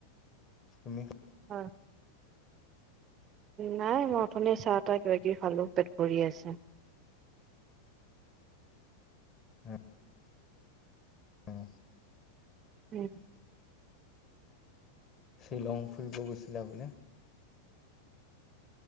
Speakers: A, on the left; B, on the right.
A: তুমি খা
B: অ। নাই মই অথনি চাহ তাহ কিবা কিবি খালো, পেট ভৰি আছে।
A: উম্। উম।
B: উম্।
A: ছিলং ফুৰিব গৈছিলা বোলে?